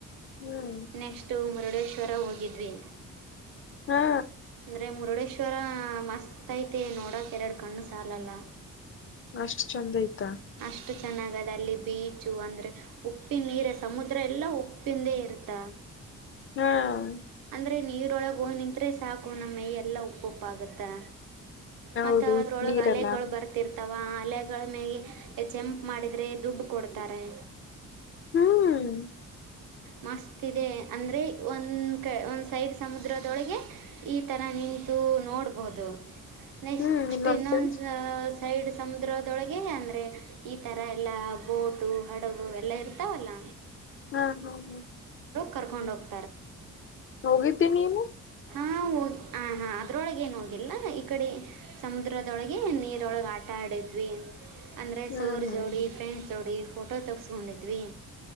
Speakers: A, on the left; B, on the right.
A: ಹಾ ಹ್ಮ್
B: ನೆಕ್ಸ್ಟು ಮ <unintelligible> ಡೇಶ್ವರ ಹೋಗಿದ್ವಿ
A: ಹಾ
B: ಅಂದ್ರೆ ಮುರುಡೆ ತರ ಮಸ್ತ್ ಐತೆ ನೋಡಿ ಕೊಡೋಕ್ಕೆರಡು ಕಣ್ಣು ಸಾಲಲ್ಲ.
A: ಅಷ್ಟ ಚಂದ್ ಐತ.
B: ಅಷ್ಟು ಚೆನ್ನಗದ ಅಲ್ಲಿ ಬೀಚು ಅಂದ್ರೆ ಉಪ್ಪಿನ ನೀರುಷ್ಟ ಸಮುದ್ರ ಎಲ್ಲಾ ಉಪ್ಪಿಂದೆ ಇರ್ತ
A: ಹ್ಮ್
B: ಅಂದರೆ ನೀರೊಳಗೆ ಹೊ ನಿಂತರೆ ಸಾಕು ನಮ್ಮ‌ಮೈ ಎಲ್ಲ ಉಪ್ಪು ಉಪ್ಪಾಗುತ್ತಾ.
A: ಹೌದು
B: ಮತ್ತ ಅದ್ರೊಳಗ
A: ನೀರಲ್ಲ
B: ಅಲೆಗಳು ಬರ್ತಿರ್ತ ಅಥವಾ ಅಲೆಗಳ ಮೇಲೆ ಚಂಪ್ ಮಾಡಿದರೆ ದುಡ್ಡು ಕೊಡ್ತಾರೆ.
A: ಹ್ಮ್
B: ಮಸ್ತ್ ಇದೆ ಅಂದ್ರೆ ಒಂದ ಕ ಒಂದು ಸೈಡ್ ಸಮುದ್ರದೊಳಗೆ ಈ ತರ ನಿಂತು ನೋಡ್ಬಹುದು ನೆಕ್ಸ್
A: ಹ್ಮ್ ಇನ್ನೊಂದ್ಸರಿ
B: ಇನ್ನೊಂದು ಸಾ ಸೈಡ್ ಸಮುದ್ರದೊಳಗೆ ಅಂದರೆ ಈ ಥರ ಎಲ್ಲ ಬೋಟು ಹಡಗು ಎಲ್ಲ ಇರ್ತಾವಲ್ಲ
A: ಹ್ಮ್ ಹ್ಮ್ ಹ್ಮ್
B: ಕರ್ಕೊಂಡೋಗ್
A: ಹೋಗಿದ್ದೀ ನೀನು
B: ಹಾಂ ಹೋಗಿ ಹ ಹಾ ಅದರೊಳಗೆೇನ್ ಹೋಗಿಲ್ಲ ಈ ಕಡೆ ಸಮುದ್ರದೊಳಗೆ ನೀರೊಳಗೆ ಆಟ ಆಡಿದ್ವಿ. ಅಂದರೆ
A: ಹ್ಮ್
B: ಸೋರ್
A: ಹ್ಮ್
B: ಜೋಡಿ ಫ್ರೆಂಡ್ಸ್ ಜೋಡಿ. ಫೋಟೋ ತಗಸ್ಕೊಂಡಿದ್ವಿ.